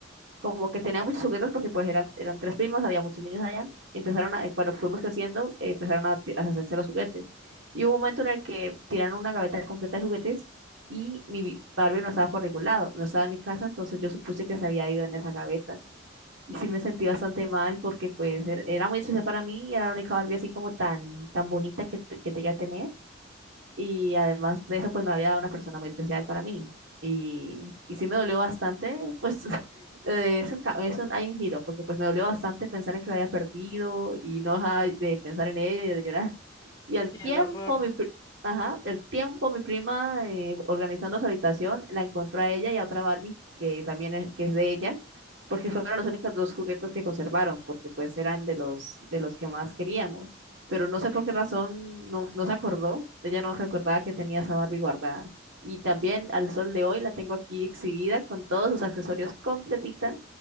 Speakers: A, on the right; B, on the left.
A: como que tenían muchos juguetes porque pues eran, eran tres primos, había muchos niños allá. Empezaron a, eh, cuando fuimos creciendo, eh, empezaron a, ti- a hacerse los juguetes. Y hubo un momento en el que tiraron una gaveta completa de juguetes y mi Barbie no estaba por ningún lado, no estaba en mi casa, entonces yo supuse que se había ido en esa gaveta. Y sí me sentí bastante mal porque pues er- era muy especial para mí, era la única Barbie así como tan, tan bonita que, t- que llegué a tener. Y además de eso, pues me había dado una persona muy especial para mí. Y, y sí me dolió bastante, pues <laughs> eh, es un, ca- es un- hay un giro, porque pues me dolió bastante pensar en que la había perdido y no dejaba de pensar en ella y de llorar. Y
B: sí,
A: al tiempo,
B: el horror.
A: mi, pri- ajá, el tiempo, mi prima eh, organizando su habitación, la encontró a ella y a otra Barbie, que también es, que es de ella, porque fueron los únicos dos juguetes que conservaron, porque pues eran de los, de los que más queríamos pero no sé por qué razón no, no se acordó. Ella no recordaba que tenía esa Barbie guardada. Y también al sol de hoy la tengo aquí exhibida con todos sus accesorios completita